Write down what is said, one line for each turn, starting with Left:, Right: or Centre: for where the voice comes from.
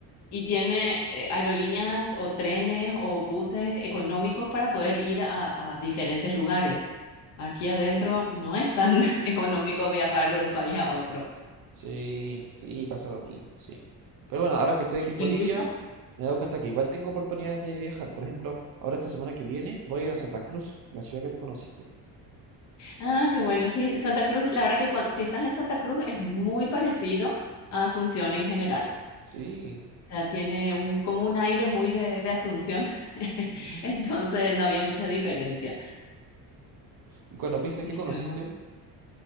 Left: y tiene eh, aerolíneas o trenes o buses económicos para poder ir a, a diferentes lugares. Aquí adentro no es tan <laughs> económico viajar de un país a otro.
Right: Sí, sí, pasa lo mismo, sí. Pero bueno, ahora que estoy aquí en Bolivia,
Left: O incluso
Right: me he dado cuenta que igual tengo oportunidades de viajar. Por ejemplo, ahora esta semana que viene voy a ir a Santa Cruz, la ciudad que tú conociste.
Left: Ah, qué bueno, sí, Santa Cruz, la verdad que cuan- si estás en Santa Cruz es muy parecido a Asunción en general. O
Right: Sí.
Left: sea, tiene un, como un aire muy de, de Asunción, <laughs>
Right: mm.
Left: entonces no había mucha diferencia.
Right: ¿Y cuando fuiste,
Left: Esto,
Right: qué conociste?